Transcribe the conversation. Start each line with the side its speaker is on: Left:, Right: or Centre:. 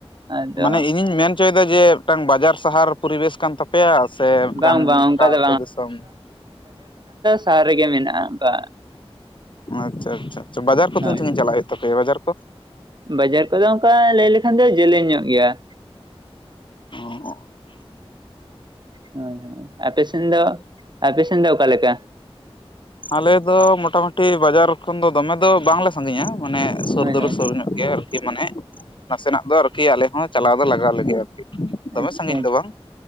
Right: ᱟᱫᱚ
Left: ᱢᱟᱱᱮ ᱤᱧᱤᱧ ᱢᱮᱱ ᱪᱚᱭᱮᱫᱟ ᱡᱮ ᱢᱤᱫᱴᱟᱝ ᱵᱟᱡᱟᱨ ᱥᱟᱦᱟᱨ ᱯᱚᱨᱤᱵᱮᱥ ᱠᱟᱱ ᱛᱟ ᱯᱮᱭᱟ ᱥᱮ ᱚᱱᱠᱟᱱ
Right: ᱵᱟᱝ
Left: <unintelligible>
Right: ᱵᱟᱝ ᱚᱱᱠᱟ
Left: ᱟᱹᱛᱩ
Right: ᱫᱚ
Left: ᱫᱤᱥᱚᱢ
Right: ᱥᱟᱦᱟ ᱨᱮᱜᱮ ᱢᱮᱱᱟᱜᱼᱟ ᱚᱱᱠᱟ
Left: ᱟᱪᱪᱷᱟ ᱟᱪᱪᱷᱟ ᱵᱟᱡᱟᱨ ᱠᱚ ᱛᱤᱱ
Right: ᱦᱳᱭ
Left: ᱥᱟᱺᱜᱤᱧ
Right: ᱦᱳᱭ
Left: ᱪᱟᱞᱟᱜ ᱦᱩᱭᱩᱜ ᱛᱟᱯᱮᱭᱟ ᱵᱟᱡᱟᱨ ᱠᱚ
Right: ᱵᱟᱡᱟᱨ ᱠᱚᱫᱚ ᱚᱱᱠᱟ ᱞᱟᱹᱭ ᱞᱮᱠᱷᱟᱱ ᱫᱚ ᱡᱮᱞᱮᱧ ᱧᱚᱜ ᱜᱮᱭᱟ ᱾
Left: ᱚᱜ
Right: ᱦᱳᱭ ᱦᱳᱭ, ᱟᱯᱮ ᱥᱮᱱ ᱫᱚ, ᱟᱯᱮ ᱥᱮᱱ ᱫᱚ ᱚᱠᱟᱞᱮᱠᱟ?
Left: ᱟᱞᱮ ᱫᱚ ᱢᱚᱴᱟ ᱢᱩᱴᱤ ᱵᱟᱡᱟᱨ ᱠᱷᱚᱱ ᱫᱚ ᱫᱚᱢᱮ ᱫᱚ ᱵᱟᱝᱞᱮ ᱥᱟᱺᱜᱤᱧ ᱭᱚ-ᱟ, ᱢᱟᱱᱮ ᱥᱩᱨ
Right: ᱦᱳᱭ
Left: ᱫᱚ ᱞᱮ
Right: ᱦᱳᱭ
Left: ᱥᱩᱨ ᱭᱚᱜ ᱟᱨᱠᱤ ᱢᱟᱱᱮ ᱱᱟᱥᱮᱱᱟᱜ ᱫᱚ ᱟᱨᱠᱤ ᱟᱞᱮ ᱦᱚᱸ ᱪᱟᱞᱟᱣ ᱫᱚ ᱞᱟᱜᱟᱣ ᱞᱮ ᱜᱤᱭᱟ, ᱟᱨᱠᱤ ᱫᱚᱢᱮ
Right: ᱟᱪᱪᱷᱟ
Left: ᱥᱟᱺᱜᱤᱧ ᱫᱚ ᱵᱟᱝ,